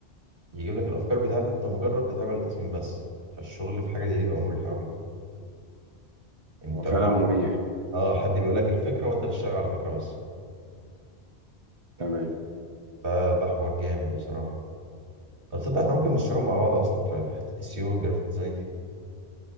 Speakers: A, on the right; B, on the right.
A: يجيب لك الافكار بتاعتها انت مجرد بتعمل التصميم بس فالشغل في حاجه زي دي بيبقى مريح قوي انت
B: هو فعلا
A: مع
B: مريح
A: اه حد بيقول لك الفكره وانت تشتغل على الفكره بس
B: تمام
A: ده ده حوار جامد بصراحه طب تصدق احنا ممكن نشتغل مع بعض اصلا في في حته السيو والجرافيك ديزاين دي